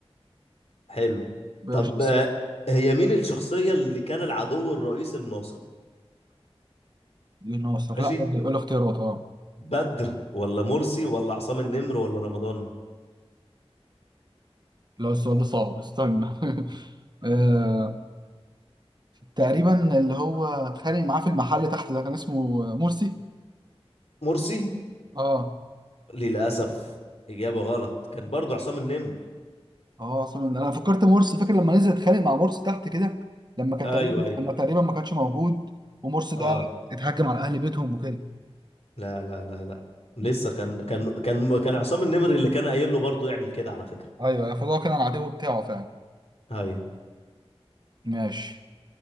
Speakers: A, on the left; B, on the right.
A: حلو
B: مش
A: طب آه، هي مين الشخصية اللي كان العدو الرئيسي لناصر
B: ناصر
A: ماشي
B: لا قول لي قول لي اختيارات اه
A: بدر ولا مرسي ولا عصام النمر ولا رمضان
B: لا السؤال ده صعب استنى <laughs> آه، تقريبا اللي هو اتخانق معاه في المحل تحت ده كان اسمه مرسي
A: مرسي
B: اه
A: للأسف إجابة غلط كان برضو عصام النمر
B: اه اصلا انا فكرت مرسي فاكر لما نزل اتخانق مع مرسي تحت كده لما كان
A: ايوه
B: تقريبا
A: ايوه
B: لما تقريبا ما كانش موجود ومرسي
A: اه
B: ده اتهجم على اهل بيتهم وكده
A: لا لا لا لا لسه
B: مم.
A: كان كان كان كان عصام النمري اللي كان قايل له برضه يعمل كده على فكرة
B: ايوه فده كان العدو بتاعه فعلا
A: هاي
B: ماشي